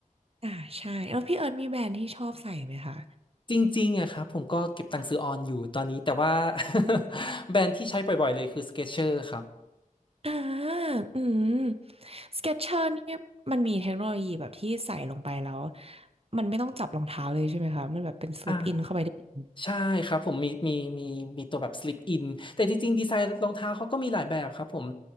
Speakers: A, on the right; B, on the left.
A: อ่าใช่แล้วพี่เอิร์ธมีแบรนด์ที่ชอบใส่ไหมคะ
B: จริงๆอะครับผมก็เก็บตังค์ซื้อออนอยู่ตอนนี้แต่ว่า <laughs> แบรนด์ที่ใช้บ่อยๆเลยคือ Skechers ครับ
A: อ่าอืมสเก็ตเชอร์นี่มันมีเทคโนโลยีแบบที่ใส่ลงไปแล้วมันไม่ต้องจับรองเท้าเลยใช่ไหมคะมันแบบเป็นสลิปอินเข้าไปได้เลย
B: อ่า ใช่ครับผมมีมีมีมีตัวแบบ slip in แต่จริงๆดีไซน์รองเท้าเขาก็มีหลายแบบครับผม